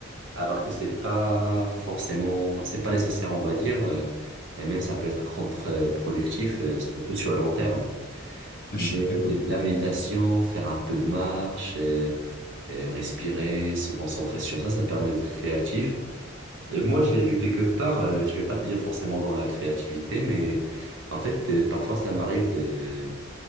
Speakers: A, on the right; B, on the left.
A: alors que c'est pas forcément, c'est pas nécessaire, on va dire, euh, et même ça peut être contre-productif, euh, surtout sur le long terme.
B: Ah, je
A: Mais
B: suis d'accord.
A: la méditation, faire un peu de marche, et, et respirer, se concentrer sur ça, ça permet d'être créatif. Et moi, je l'ai vu quelque part, euh, je vais pas te dire forcément dans la créativité, mais en fait, euh, parfois, ça m'arrive de...